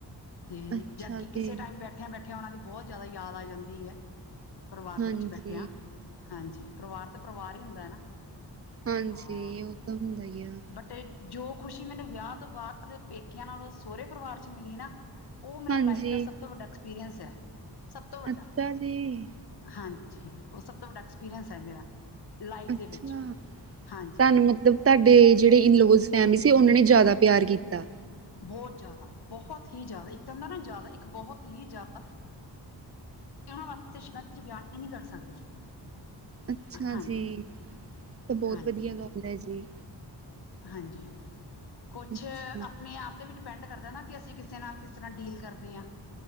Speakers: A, on the left; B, on the right.
A: ਤੇ
B: ਅੱਛਾ ਜੀ
A: ਕਿਸੇ ਟਾਈਮ ਬੈਠਿਆਂ ਬੈਠਿਆਂ ਉਹਨਾਂ ਦੀ ਬਹੁਤ ਜ਼ਿਆਦਾ ਯਾਦ ਆ ਜਾਂਦੀ ਐ। ਪਰਿਵਾਰ
B: ਹਾਂਜੀ
A: ਦੇ ਵਿੱਚ ਬੈਠੇਆ, ਹਾਂਜੀ, ਪਰਵਾਰ ਤੇ ਪਰਵਾਰ ਹੀ ਹੁੰਦਾ ਹੈ ਨਾ।
B: ਹਾਂਜੀ,
A: ਹਾਂ
B: ਉਹ ਤਾਂ ਹੁੰਦਾ ਈ ਆਂ।
A: ਬਟ ਜੋ ਖੁਸ਼ੀ ਮੈਨੂੰ ਵਿਆਹ ਤੋਂ ਬਾਦ ਪੇਕਿਆਂ ਨਾਲੋਂ ਸੋਹੁਰੇ ਪਰਿਵਾਰ ਚ ਮਿਲੀ ਨਾ ਉਹ ਮੇਰਾ
B: ਹਾਂਜੀ
A: ਲਾਈਫ ਦਾ ਸਭ ਤੋਂ ਵੱਡਾ ਐਕਸਪੀਰੀਅੰਸ ਹੈ ਸਭ ਤੋਂ ਵੱਡਾ,
B: ਅੱਛਾ ਜੀ
A: ਹਾਂਜੀ। ਜੀ, ਉਹ ਸਭ ਤੋਂ ਵੱਡਾ ਐਕਸਪੀਰੀਅੰਸ ਹੈ ਮੇਰਾ। ਲਾਈਫ
B: ਅੱਛਾ,
A: ਦੇ ਵਿੱਚ
B: ਤੁਹਾਨੂੰ
A: ਹਾਂਜੀ
B: ਮਤਲਬ ਤੁਹਾਡੇ ਜਿਹੜੇ ਇਨ ਲਾਜ਼ ਫੈਮਿਲੀ ਸੀ ਗੀ ਉਹਨਾਂ ਨੇ ਜ਼ਿਆਦਾ ਪਿਆਰ ਕੀਤਾ।
A: ਬਹੁਤ ਜਾਦਾ, ਬਹੁਤ ਹੀ ਜਾਦਾ, ਇੱਕ ਤਾਂ ਹੁੰਦਾ ਨਾ ਜਾਦਾ ਇੱਕ ਬਹੁਤ ਹੀ ਜਾਦਾ ਵਾਸਤੇ ਸ਼ਬਦਾਂ ਚ ਬਿਆਨ ਨਹੀਂ ਕਰ ਸਕਦੀ।
B: ਅੱਛਾ
A: ਹਾਂਜੀ
B: ਜੀ, ਤਾਂ ਬਹੁਤ
A: ਹਾਂਜੀ
B: ਵਧੀਆ ਗੱਲ ਹੈ ਜੀ।
A: ਹਾਂਜੀ ਕੁਛ
B: ਅੱਛਾ
A: ਆਪਣੇ ਆਪ ਤੇ ਵੀ ਡਿਪੈਂਡ ਕਰਦਾ ਨਾ ਕਿ ਅਸੀਂ ਕਿਸੇ ਨਾਲ ਕਿਸ ਰਾ ਡੀਲ ਕਰਦੇ ਹਾਂ।